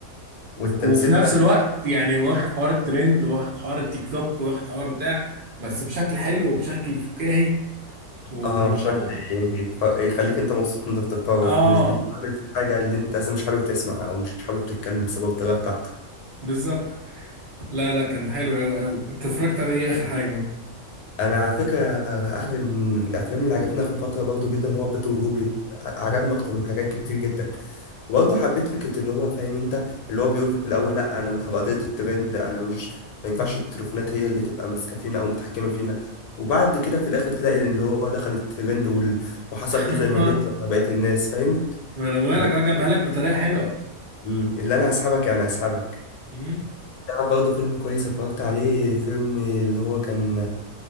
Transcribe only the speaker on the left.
والتمثيل
بتاع
اه شكل يخ- يخليك انت مبسوط وانت بتتفرج
مش بيبرز حاجة اللي انت اصلا مش حابب تسمعها او مش حابب تتكلم بسبب الطريقة بتاعته
انا على فكره اخر من الافلام اللي عجبتني اخر فتره برضه جدا هو بيت وجوبي عجبني اكتر من حاجات كتير جدا وبرضه حبيت فكره اللي هو فاهم انت اللي هو بيقول في الاول لا انا مش هبقى ضد الترند انا مش ما ينفعش التليفونات هي اللي تبقى ماسكه فينا او متحكمه فينا وبعد كده في الاخر تلاقي اللي هو دخل الترند وال... وحصل
فيه زي ما بيحصل مع بقيه الناس فاهم
اللي
هو
مم، اللي انا هسحبك يعني هسحبك
تعرف برضه فيلم كويس اتفرجت عليه فيلم اللي هو كان